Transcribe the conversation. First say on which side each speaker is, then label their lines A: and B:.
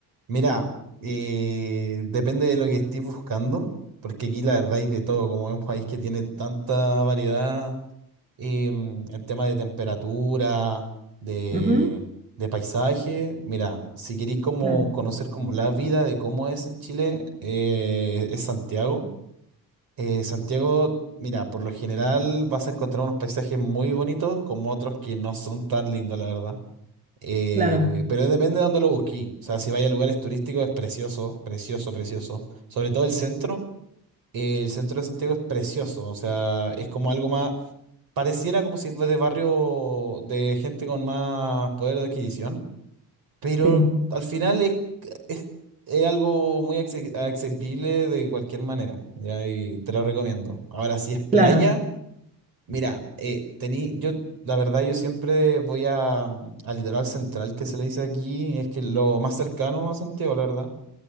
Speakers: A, on the right (about 65°); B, on the right (about 20°).
A: Mira, eh, depende de lo que estés buscando, porque aquí la verdad hay de todo, como es un país que tiene tanta variedad em, en tema de temperatura, de,
B: <laughs> Ujú,
A: de paisaje. Mira, si queréis como
B: Claro,
A: conocer como la vida de cómo es en Chile, eh, es Santiago. Eh, Santiago, mira, por lo general vas a encontrar unos paisajes muy bonitos como otros que no son tan lindos, la verdad. Eh,
B: claro,
A: pero depende de dónde lo busquís. O sea, si vais a lugares turísticos es precioso, precioso, precioso. Sobre todo el centro. eh, el centro de Santiago es precioso. O sea, es como algo más... Pareciera como si fuese de barrio de gente con más poder de adquisición. Pero
B: sí,
A: al final es, es, es algo muy acce- accesible de cualquier manera, ¿ya? Y te lo recomiendo. Ahora, si es playa,
B: claro.
A: mira, eh, tení, yo, la verdad, yo siempre voy a, mm, al litoral central que se le dice aquí, es que lo más cercano a Santiago, la verdad,